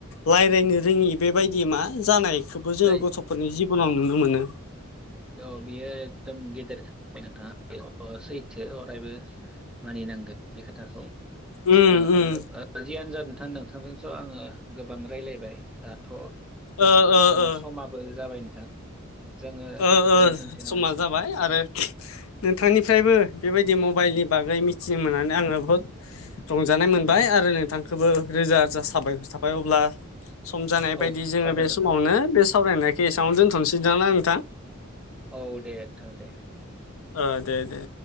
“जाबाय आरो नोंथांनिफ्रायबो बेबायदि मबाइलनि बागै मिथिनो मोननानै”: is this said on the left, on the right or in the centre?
Left